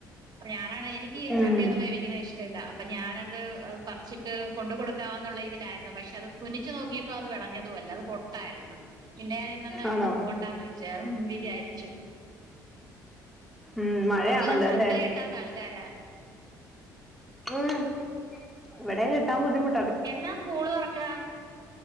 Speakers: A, on the right (about 45°); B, in the centre.
A: അപ്പൊ ഞാനാണ് എനിക്ക്
B: ഉം
A: ചക്കയൊന്നും വേവിക്കുന്ന ഇഷ്ടയില്ല അപ്പൊ ഞാനത്ത് പറിച്ചിട്ട് കൊണ്ട് കൊടുക്കാന്നുള്ള ഇതിലായിരുന്നു പക്ഷെ അത് തുനിച്ച് നോക്കിയപ്പോ അത് വെളഞ്ഞതുഅല്ല അത് പൊട്ടായിരുന്നു പിന്നെ ഞാൻ ഇന്നൊന്നുഐന്
B: ആണോ
A: പോകണ്ടാന്ന് വിചാരിച്ചു
B: ഉം മഴയാണല്ലോ
A: അവർക്കൊന്നും ചക്ക
B: അല്ലേ
A: കിട്ടാത്ത ആൾക്കാരാ
B: ഊം ഇവടേം കിട്ടാൻ ബുദ്ധിമു
A: എന്നാ സ്കൂള് തോറക്കാ